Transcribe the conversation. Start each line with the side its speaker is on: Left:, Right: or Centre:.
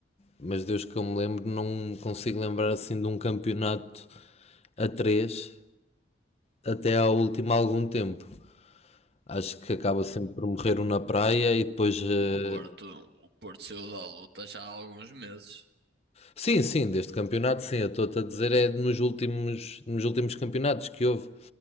Left: mas desde que eu me lembro, não consigo lembrar assim de um campeonato a três até ao último há algum tempo. Acho que acaba sempre por morrer um na praia e depois. eh,
Right: O Porto, o Porto saiu da luta já há alguns meses.
Left: Sim, sim, deste campeonato, sim. Eu estou-te a dizer, é nos últimos, nos últimos campeonatos que houve.